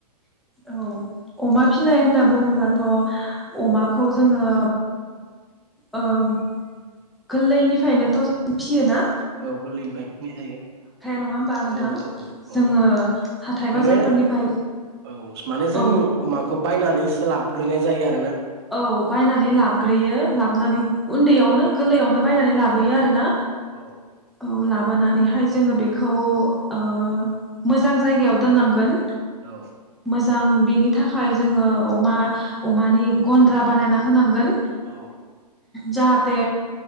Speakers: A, in the centre; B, on the right (about 40°).
A: औ अमा फिनाय होनना बुङोब्लाथ' अमाखौ जोङो ओग गोललैनिफायनोथ' जों फियो ना?
B: औ गोरलैनिफायनो फिनाय जायो
A: नङा होमबा नोंथां
B: औ औ
A: जोङो
B: औ
A: हाथाय
B: माने
A: बाजारफोरनिफ्राय
B: औ माने जों
A: औ
B: अमाखौ बायनानै सोलाब ग्रोनाय जायो आ
A: औ बायनानै लाबग्रोयो लाबनानै उन्दैयावनो गोललैयावनोब बायनानै लाबोयो आरोना
B: औ
A: औ लाब बोनानैहाय जोङो बेखौ ओ मोजां जायगायाव दोननांगोन
B: औ
A: मोजां बेनि थाखाय जोङो अमा अमानि गन्द्रा बानायना होनांगोन
B: औ
A: जाहाथे